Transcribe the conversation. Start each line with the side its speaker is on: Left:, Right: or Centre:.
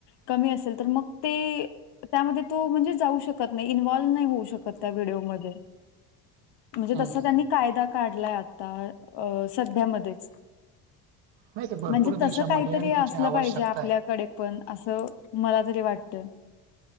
Left: कमी असेल तर मग ते त्यामध्ये तो म्हणजे जाऊ शकत नाही इन्व्हल्व नाही होऊ शकत त्या व्हिडिओमध्ये. म्हणजे
Right: हं,
Left: तसा
Right: हं.
Left: त्यांनी
Right: हं.
Left: कायदा काढलाय आता अ सध्यामध्येच
Right: नाही ते भरपूर
Left: म्हणजे
Right: देशामध्ये
Left: तस काहीतरी
Right: आहे आणि
Left: असलं
Right: त्याची आवश्यकता
Left: पाहिजे आपल्या
Right: आहे.
Left: कडे पण असं मला तरी वाटत.